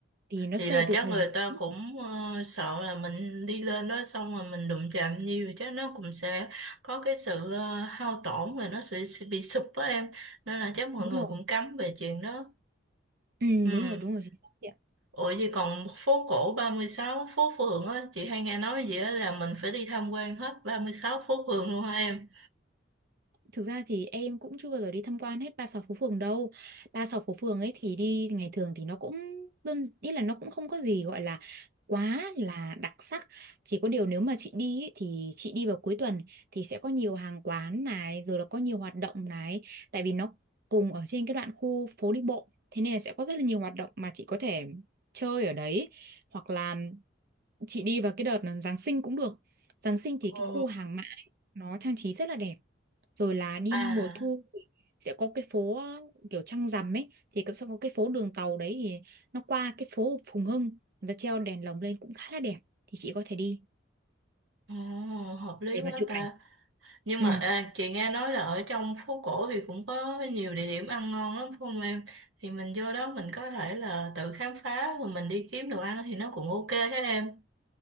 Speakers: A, on the right; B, on the right.
A: Thì nó
B: Thì
A: xây
B: là
A: từ
B: chắc
A: thời
B: người
A: nhà
B: ta
A: Nguyễn.
B: cũng ờ, sợ là mình đi lên đó xong rồi mình đụng chạm nhiều chắc nó cũng sẽ có cái sự ờ, hao tổn rồi nó sẽ, sẽ bị sụp á em. Nên là chắc mọi
A: Đúng
B: người
A: rồi.
B: cũng cấm về chuyện đó.
A: Ừ,
B: Ừ.
A: đúng rồi, đúng rồi, chính xác chị ạ.
B: Ủa gì còn phố cổ 36 phố phường á, chị hay nghe nói gì á là mình phải đi tham quan hết 36 phố phường luôn hả em?
A: Thực ra thì em cũng chưa bao giờ đi tham quan hết ba sáu phố phường đâu. Ba sáu phố phường ấy thì đi ngày thường thì nó cũng đơn ý là nó cũng không có gì gọi là quá là đặc sắc. Chỉ có điều nếu mà chị đi ấy, thì chị đi vào cuối tuần thì sẽ có nhiều hàng quán này, rồi là có nhiều hoạt động này, tại vì nó cùng ở trên cái đoạn khu phố đi bộ. Thế nên là sẽ có rất là nhiều hoạt động mà chị có thể chơi ở đấy hoặc là chị đi vào cái đợt là Giáng sinh cũng được. Giáng sinh thì cái
B: Ồ.
A: khu hàng mã ấy, nó trang trí rất là đẹp rồi là đi
B: À
A: mùa thu thì sẽ có cái phố ờ, kiểu trăng rằm ấy thì cũng sẽ có cái phố đường tàu đấy thì nó qua cái phố Phùng Hưng và treo đèn lồng lên cũng khá là đẹp thì chị có thể đi
B: Ồ, hợp lý
A: để
B: quá
A: mà chụp
B: ta.
A: ảnh
B: Nhưng
A: ừ
B: mà à, chị nghe nói là ở trong phố cổ thì cũng có nhiều địa điểm ăn ngon lắm phải không em? Thì mình vô đó mình có thể là tự khám phá rồi mình đi kiếm đồ ăn thì nó cũng ok thế em.